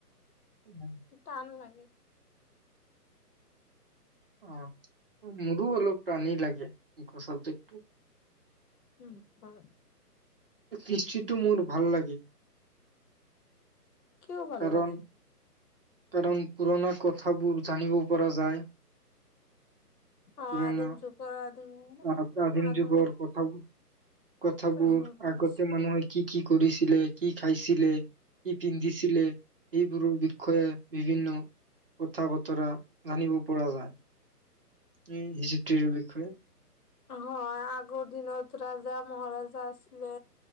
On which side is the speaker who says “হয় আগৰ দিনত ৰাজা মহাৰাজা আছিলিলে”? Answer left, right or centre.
Left